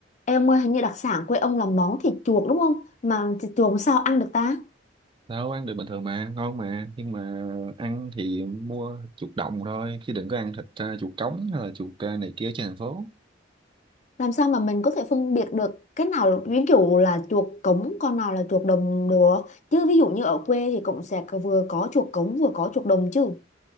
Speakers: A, on the left; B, on the right.
A: em ơi, hình như đặc sản quê ông là món thịt chuột đúng không? Mà thịt chuột làm sao ăn được ta?
B: đâu ăn được bình thường mà ngon mà nhưng mà ăn thì mua chuột đồng thôi chứ đừng có ăn thịt ờ, chuột cống hay là chuột ờ, này kia trên thành phố
A: Làm sao mà mình có thể phân biệt được cái nào là- ví dụ là chuột cống, con nào là chuột đồng được? Chứ ví dụ như ở quê thì cũng sẽ có- vừa có chuột cống vừa có chuột đồng chứ.